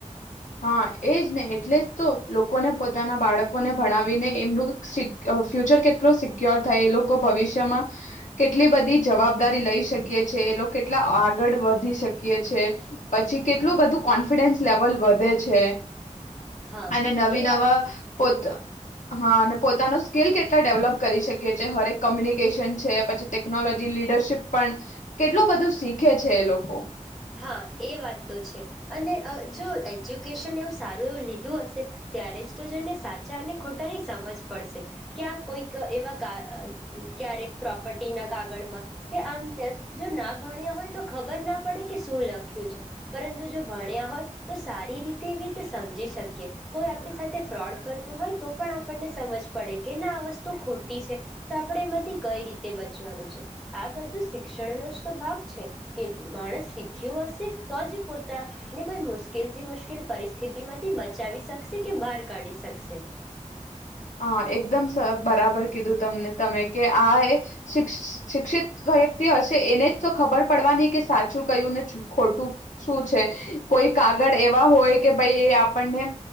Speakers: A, on the left; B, in the centre.
A: હા એજ ને એટલે જ તો લોકોને પોતાના બાળકોને ભણાવીને એમનું સિક ફ્યુચર કેટલુ સિક્યોર થાય, એ લોકો ભવિષ્યમાં કેટલી બધી જવાબદારી લઈ શકીએ છે, એ લોકો કેટલા આગળ વધી શકીએ છે પછી કેટલું બધું કોન્ફિડન્સ લેવલ વધ વધે છે.
B: હા
A: અને નવી
B: એ
A: નવા
B: વાત તો છે
A: પો હા અને પોતાનું સ્કીલ કેટલા ડેવલપ કરી શકીએ છીએ, હરેક કોમ્યુનિકેશન છે પછી ટેકનોલોજી લીડરશીપ પણ કેટલું બધું શીખે છે એ લોકો.
B: હા એ વાત તો છે અને અ જો એજ્યુકેશન એવું સારું એવું લીધું હશે ત્યારે જ તો જેને સાચા અને ખોટાની સમજ પડશે, ક્યાં કોઈક એવા કા ક્યારેક પ્રોપર્ટીના કાગળમાં કે આમ જો ના ભણ્યા હોય તો ખબર ના પડે. કે શું લખ્યું છે. પરંતુ જો ભણ્યા હોય તો સારી રીતે એવી રીતે સમજી શકીએ. કોઈ આપણી સાથે ફ્રોડ કરતું હોય તો પણ આપણને સમજ પડે કે ના આ વસ્તુ ખોટી છે. તો આપણે એમાંથી કઈ રીતે બચવાનું છે આ બધું શિક્ષણનો જ તો ભાગ છે કે માણસ શીખ્યું હશે, તો જ પોતાને કોઈ મુશ્કેલ થી મુશ્કેલ પરિસ્થિતિ માંથી બચાવી શકશે કે બહાર કાઢી શકશે.
A: હા, એકદમ બરાબર કીધું તમને તમે કે આ શિ શિક્ષિત વ્યક્તિ હશે એને જ તો ખબર પડવા નહી કે સાચું કયું ને ખોટું શું છે. કોઈ કાગળ એવા હોય કે ભાઈ એ આપણને